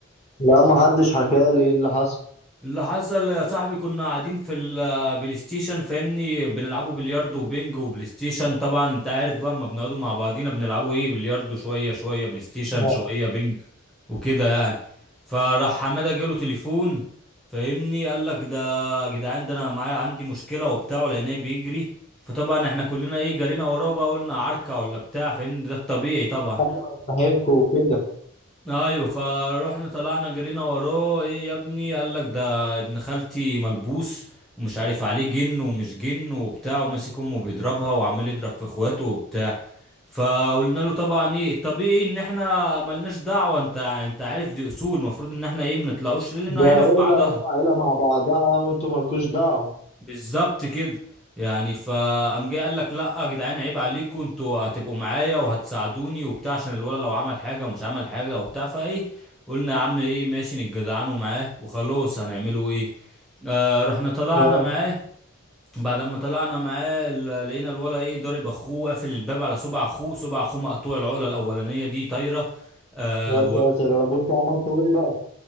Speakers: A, on the left (about 30°); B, in the centre.
A: لا ما حدش حكى لي ايه اللي حصل
B: اللي حصل يا صاحبي كنا قاعدين في البلاي ستيشن فاهمني بنلعبوا بلياردو وبينج وبلاي ستيشن طبعا انت عارف بقى اما بنقعدوا مع بعضينا بنلعبوا ايه بلياردو شويه شويه بلاي ستيشن
A: ما-
B: شويه بينج وكده يعني فراح حماده جاله تليفون فاهمني قال لك ده يا جدعان ده انا معايا عندي مشكله وبتاع لان هي بيجري فطبعا احنا كلنا ايه جرينا وراه بقى قلنا عركه ولا بتاع فاهمني ده الطبيعي طبعا
A: طبعا صاحبكم وكده
B: ايوه فروحنا طلعنا جرينا وراه ايه يا ابني قال لك ده ابن خالتي ملبوس ومش عارف عليه جن ومش جن وبتاع وماسك امه بيضربها وعمال يضرب في اخواته وبتاع فقلنا له طبعا ايه الطبيعي ان احنا ملناش دعوة انت انت عارف دي اصول المفروض ان احنا ايه منطلعوش لان
A: ده
B: عيلة
A: عيلة
B: في بعضها
A: عيلة مع بعضها وانتوا مالكوش دعوة
B: بالظبط كده يعني فقام جاي قال لك لا يا جدعان عيب عليكم انتوا هتبقوا معايا وهتساعدوني وبتاع عشان الولد لو عمل حاجه ومش عمل حاجه وبتاع فايه قلنا يا عم ايه ماشي نتجدعنوا معاه وخلاص هنعمله ايه آه رحنا طلعنا
A: يا
B: معاه بعد ما طلعنا معاه ال- لقينا الولا ايه ضارب اخوه قافل الباب على صبع اخوه صبع اخوه مقطوع العقله الاولانيه دي طايره آه
A: يا ساتر يا رب انتوا عملتوا ايه بقى